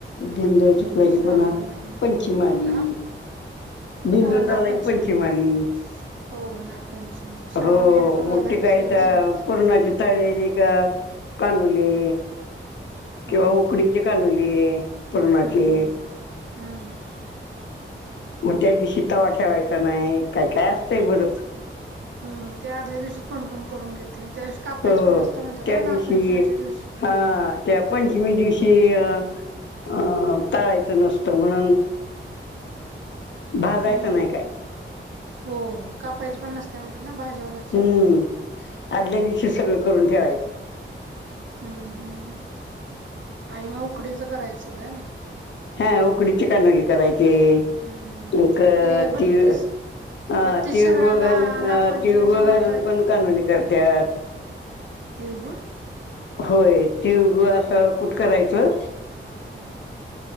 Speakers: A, on the left (about 60°); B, on the right (about 65°).
A: बेंदुर झाला की
B: श्रावण
A: पुन्हा
B: महिना
A: पंचमी आली.
B: हा
A: बेंदुर
B: हा नागपंचमी
A: झाला की पंचमी
B: येती
A: आली.
B: हो नागपंचमी. श्रावण
A: हो
B: महिना सुरू
A: मोठी
B: झाला
A: काय
B: की सगळे
A: तर
B: सणच
A: पुरणाची तळलेले का कानुले
B: हा.
A: किंवा उकडी चे कानुले पुरणाचे.
B: हम्म हम्म हम्म.
A: म त्या दिवशी तवा ठेवायचा नाय काय-काय असतंय बरंच.
B: मग ते आदल्या दिवशी कोणकोण करून घेते त्या दिवशी कापायचं
A: हो
B: पण नसतं म्हणतात
A: त्या
B: ना
A: दिवशी
B: नागपंचमीच्या दिवशी.
A: हा त्या पंचमी दिवशी अ अ <unintelligible> तळायचं नसतं म्हणून. भाजायचं
B: हम्म
A: नाही काय.
B: हो कापायचं पण नसते म्हणते ना भाज्या वगैर.
A: हम्म आदल्या दिवशी सगळं करून ठेवायचं.
B: हम्म, हम, आणि मग उकडीचं करायचं काय.
A: हा उकडीचे कानुले करायचे,
B: हम्म.
A: मग
B: ते बत्तीस
A: तिळ अ
B: बत्तीस
A: तिळगुळ
B: शिराळ्याला
A: घालून,
B: नागपंचमीच
A: अ तिळगुळ
B: मोठं
A: घालून पण
B: हे
A: कानुले करत्यात.
B: तिळगुळ?
A: होय, तिळगुळ असं कुट करायचं.
B: हा.